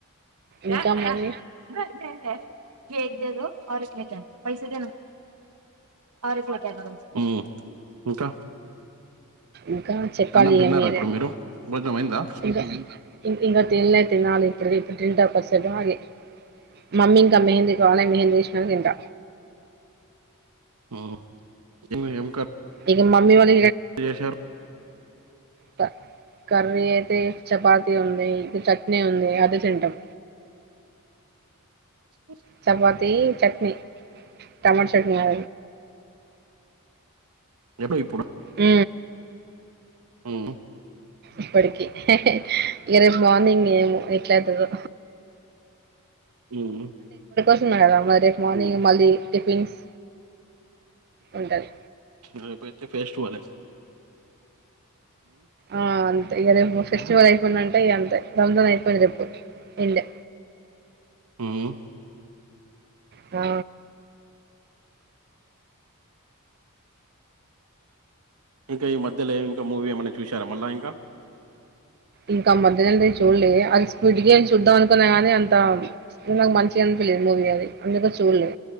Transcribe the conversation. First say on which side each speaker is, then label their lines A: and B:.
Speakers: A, on the right; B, on the right.
A: ఇంకా
B: అ
A: మరి
B: అ నేను చేస్తా ఏక్ దేదో ఔర్ ఏక్ ఇలే క పైస దేనా ఔర్ ఏక్ లే క మ్ ఇంకా
A: ఇంకా చెప్పాలి
B: అన్నం
A: ఇగ
B: తిన్నారా
A: మీరే
B: ఇప్పుడు మీరు భోజనం అయిందా
A: ఇంకా ఇం- ఇంకా తినలే తినాలి ఇప్పుడు ఇప్పుడు తింటా కొంసేపు ఆగి మమ్మీ ఇంకా మెహంది కాలే మెహందీ ఎసినాంక తింటా
B: అ ఏమి ఏం కా
A: ఇక మమ్మీ వాల
B: చేశారు
A: ప కర్రీ అయితే చపాతీ ఉంది ఇంత చట్నీ ఉంది అదే తింటం
B: మ్
A: చపాతీ చట్నీ టమాట చట్నీ ఆ
B: ఎప్పు ఇప్పుడు
A: మ్
B: మ్
A: ఇప్పటికి ఇక రేపు మార్నింగ్ ఏమో ఎట్లయితదో
B: మ్ హూ
A: స్తున్నాయి కదా మరి రేపు మార్నింగ్ మళ్లి టిఫిన్స్ ఉంటది
B: రేపు అయితే ఫేస్టూవెలే
A: ఆ అం తే ఇక రేపు ఫెస్టివల్ అయిపోయిందంటే ఇగ అంతే రంజాన్ అయిపోయింది రేపు యెండు
B: మ్
A: అ
B: ఇంకా ఈ మధ్యలో ఇంకా మూవీ ఏమైనా చూశారా మళ్ళ ఇంకా
A: ఇంకా మధ్యనే చూడలే అది స్పీడ్ గేమ్ చూద్దాం అనుకున్నా గానీ అంత నాకు మంచిగా అనిపియలేదు మూవీ అది అందుకే చూల్లే